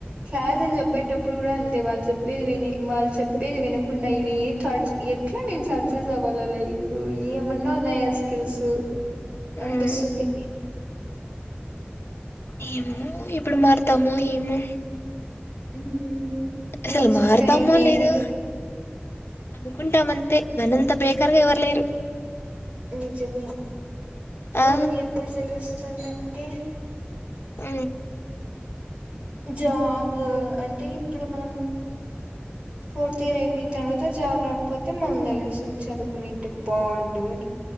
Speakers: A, on the right; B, on the left.
A: క్లాస్లు చెప్పేటప్పుడు
B: ఉమ్
A: కూడా అంతే వాళ్ళు చెప్ప చెప్పేది వినే వాళ్ళు చెప్పేది వినకుండా ఇవి ఏ థాట్స్ ఎట్లా నేను సక్సెస్ అవ్వాల లైఫ్ లో ఏమన్నా నయా స్కిల్స్ అనిపిస్తుంది
B: ఉమ్, ఏమో ఎప్పుడు మారతామో ఏమో
A: ఉమ్, ఇప్పుడు
B: అసలు మారుతామో
A: టైమే
B: లేదు అనుకుంటా మంతే మనంత బే టర్ గా ఎవరులేరు
A: నిజమే
B: ఆ
A: మనకి ఎప్పుడు తెలుస్తుందంటే
B: అ
A: జాబ్ అంటే ఇప్పుడు మనం ఫోర్త్ ఇయర్ అయిపోయిన తర్వాత జాబ్ రాకపోతే మనల్ని తెలుస్తది చదువుకునింటే బాగుండు అని